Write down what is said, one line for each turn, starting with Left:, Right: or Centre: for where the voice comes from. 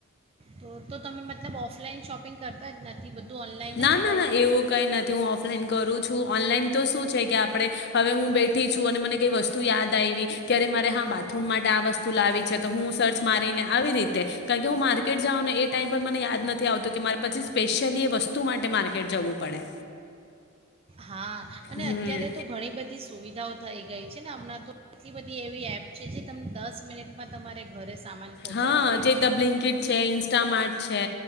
Right: તો તો તમે મતલબ ઓફલાઈન શોપિંગ કરતા જ નથી. બધું ઓનલાઈન
Left: ના
Right: જ
Left: ના
Right: કરો
Left: ના
Right: છો
Left: એવું કઈ નથી હું ઓફલાઈન કરું છું ઓનલાઈન... તો શું છે કે આપણે હવે હું બેઠી છું અને મને કઈ વસ્તુ યાદ આયવી કેરે મારે હા બાથરૂમ માટે આ વસ્તુ લાવી છે તો હું સર્ચ મારીને આવી રીતે, કારણ કે હું માર્કેટ જાઉ ને એ ટાઈમ પર મને યાદ નથી આવતું કે મારે પછી સ્પેશિયલી એ વસ તું માટે માર્કેટ જવું પડે.
Right: હા અને
Left: હમ
Right: અત્યારે તો ઘણી બધી સુવિધાઓ... થઈ ગઈ છે ને હમણાં તો એટલી બધી એવી એપ છે જે તમે દસ મિનિટમાં તમારે ઘરે... સામાન પહોંચાડી
Left: હા
Right: દે
Left: જે રીતના
Right: છે
Left: બ્લિંકીટ છે, ઇન્સ્ટામાર્ટ છે,